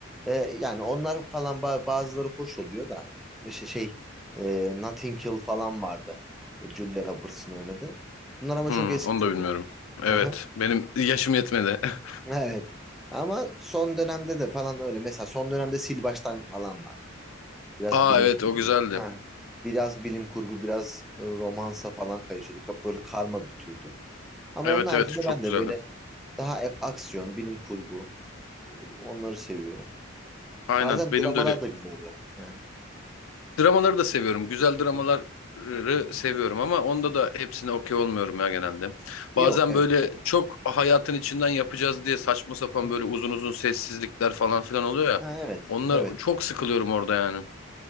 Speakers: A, in the centre; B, on the left.
A: E, yani onlar falan ba- bazıları hoş oluyor da işte şey e, Notting Hill falan vardı. Julia Roberts'ın oynadığı. Bunlar ama çok
B: Hmm,
A: eski
B: onu
A: filmler.
B: da bilmiyorum. Evet,
A: Hı hı.
B: benim yaşım yetmedi. <laughs>
A: Evet. Ama son dönemde de falan öyle. Mesela son dönemde Sil Baştan falan vardı. Biraz
B: Aa
A: bilim
B: evet
A: kurgu.
B: o güzeldi.
A: Ha. Biraz bilim kurgu, biraz e, romansa falan kayışıyorduk. Hep Böyle karma bir türdü. Ama
B: Evet
A: onun haricinde
B: evet çok
A: ben de
B: güzeldi.
A: böyle daha hep aksiyon, bilim kurgu onları seviyorum.
B: Aynen
A: Bazen dramalar
B: benim de öyle
A: da güzel oluyor yani.
B: Dramaları da seviyorum. Güzel dramaları
A: Hı hı.
B: seviyorum ama onda da hepsine okey olmuyorum ya genelde.
A: Yok
B: Bazen
A: evet.
B: böyle çok hayatın içinden yapacağız diye saçma sapan
A: Hı.
B: böyle uzun uzun sessizlikler falan filan oluyor ya.
A: Ha, evet.
B: Onlar
A: Evet.
B: çok sıkılıyorum orada yani.